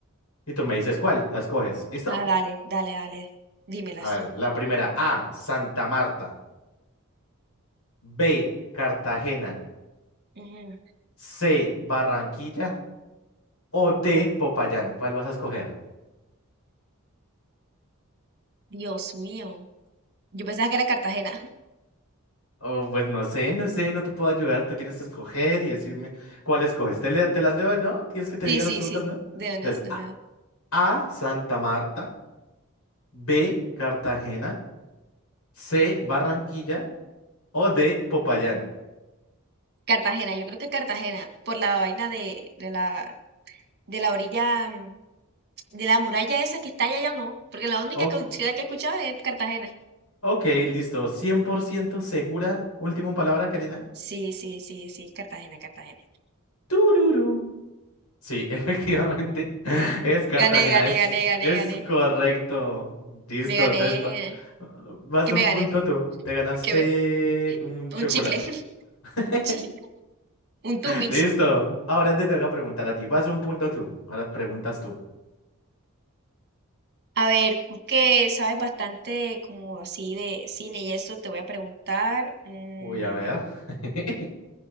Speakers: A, on the left; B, on the right.
A: Y tú me dices cuál, las coges, ¿listo?
B: Ah, dale, dale, dale. Dímelas.
A: A ver, la primera, A, Santa Marta, B, Cartagena,
B: Ujú.
A: C, Barranquilla o D, Popayán. ¿Cuál vas a escoger?
B: Dios mío. Yo pensaba que era Cartagena. <laughs>
A: Oh, pues no sé, no sé, no te puedo ayudar, te tienes que escoger y decirme cuál escoges. Te, le- te las leo, ¿no? ¿Quieres que te
B: Sí,
A: diga
B: sí,
A: las preguntas,
B: sí.
A: no?
B: De
A: Entonces,
B: no, no,
A: A,
B: no.
A: A, Santa Marta, B, Cartagena, C, Barranquilla o D, Popayán.
B: Cartagena, yo creo que Cartagena, por la vaina de, de la, de la orilla, mm, de la muralla esa que está allá, ya no, porque la única
A: O-
B: que- ciudad que he escuchado es Cartagena.
A: ok, listo, 100% segura. Última palabra, Karina.
B: Sí, sí, sí, sí, Cartagena, Cartagena.
A: Tururú. Sí, <laughs> efectivamente. Es Cartagena,
B: Gané, gané,
A: es,
B: gané, gané,
A: es
B: gané.
A: correcto. Listo,
B: Me gané.
A: entonces va- vas
B: ¿Qué
A: de
B: me
A: un
B: gané?
A: punto tú. Te ganaste
B: ¿Qué me?
A: un chocolate.
B: Un chicle. <laughs>
A: <laughs>
B: Un chi- un Tumitz.
A: Listo. Ahora te toca preguntar a ti. Vas un punto tú. Ahora preguntas tú.
B: A ver, tú que sabes bastante como así de cine y eso, te voy a preguntar, mm,
A: Uy, a ver. <laughs>